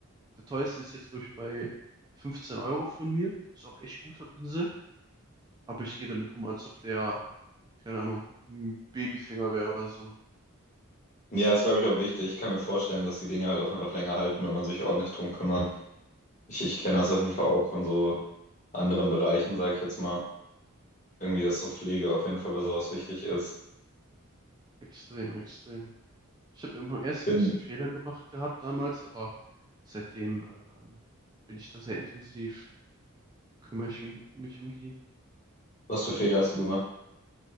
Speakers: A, on the right (about 20°); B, on the left (about 35°).
A: Der teuerste ist jetzt, glaube ich, bei 15 Euro von mir. Ist auch echt guter Pinsel. Aber ich gehe damit um, als ob der, keine Ahnung, ein Babyfinger wäre oder so.
B: Ja, ist, glaube ich, auch wichtig. Ich kann mir vorstellen, dass die Dinge halt auch einfach länger halten, wenn man sich ordentlich drum kümmert. Ich, ich kenne
A: Ja.
B: das auf jeden Fall auch von so anderen Bereichen, sage ich jetzt mal. Irgendwie, dass so Pflege auf jeden Fall bei sowas wichtig ist.
A: Extrem, extrem. Ich habe immer erst
B: Ich bin,
A: ein bisschen Fehler gemacht gehabt damals, aber seitdem ähm, bin ich da sehr intensiv, kümmere ich mich, mich um die.
B: was für Fehler hast du gemacht?